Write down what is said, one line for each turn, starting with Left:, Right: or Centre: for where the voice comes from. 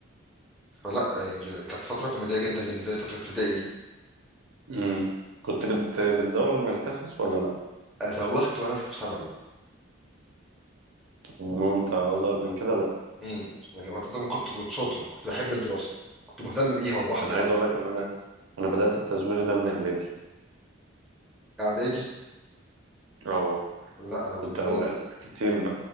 Centre: فلا يعني كانت فتره كوميديه جدا بالنسبه لي فتره ابتدائي دي
Right: <laughs> مم. كنت بت... بتزوغ من الحصص ولا لا
Centre: زوخت وانا في ثانوي
Right: انما وانت اصغر من كده
Centre: امم يعني وقت زمان كنت كنت شاطر كنت بحب الدراسه كنت مهتم بيها وبحضر
Right: انا عايز
Centre: و-
Right: اقول لك ان انا انا بدات التزويغ ده من اعدادي
Centre: اعدادي
Right: اه
Centre: لا انا بالنسبه
Right: كنت اوقات
Centre: لي
Right: كتير ب...